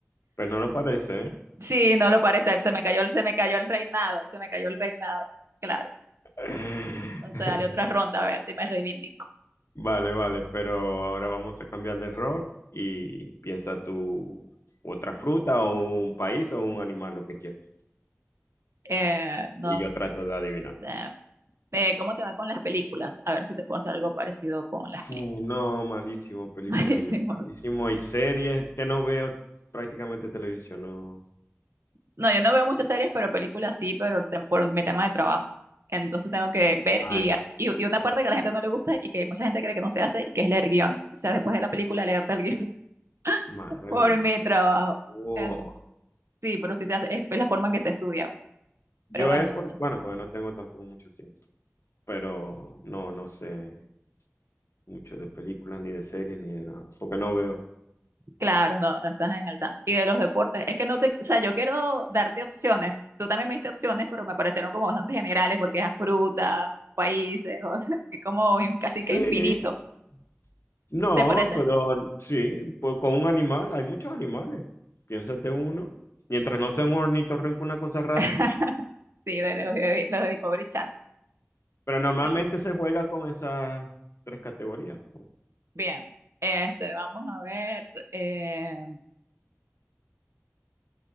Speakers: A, on the left (about 75°); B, on the right (about 70°).
A: pero no lo parece,
B: Sí, no lo parece, se me cayó, el- se me cayó el reinado, se me cayó el reinado, claro.
A: ¿eh?
B: Entonces,
A: <laughs>
B: dale otra ronda a ver si me reivindico.
A: Vale, vale, pero ahora vamos a cambiar de rol y piensa tú otra fruta o un país o un animal, lo que quieras.
B: Eh, no
A: Y
B: sé,
A: yo trato de adivinar.
B: eh, eh, ¿cómo te va con las películas? A ver si te puedo hacer algo parecido con las
A: Fu,
B: películas.
A: no, malísimo película
B: <laughs> Buenísimo.
A: yo. Malísimo. Y series que no veo prácticamente televisión, no.
B: No, yo no veo muchas series, pero películas sí, pero tem- por mi tema de trabajo. Entonces tengo que ver
A: Ay,
B: y, y, y una parte que a la gente no le gusta y que mucha gente cree que no se hace y que es leer guiones. O sea, después de la película leerte el guión <laughs>
A: madre
B: por
A: mía.
B: mi trabajo.
A: Wow.
B: En- sí, pero sí se hace, es la forma en que se estudia.
A: Yo
B: Pero bueno,
A: es por,
B: no,
A: bueno, porque no tengo tampoco mucho tiempo, pero no, no sé mucho de películas, ni de series, ni de nada, porque no veo.
B: claro, no, no estás en el tanto. Y de los deportes, es que no te, o sea, yo quiero darte opciones. Tú también me diste opciones, pero me parecieron como bastante generales porque es a frutas o países, o <laughs> es como in- casi que
A: Sí,
B: infinito.
A: No,
B: ¿Te parece?
A: pero sí, pues con un animal, hay muchos animales. Piénsate uno. Mientras no sea un ornitorrinco, una cosa rara.
B: <laughs> Sí, de los de, los de Discovery Channel.
A: Pero normalmente
B: No.
A: se juega con esas tres categorías. Con
B: Bien, este, vamos a ver eh,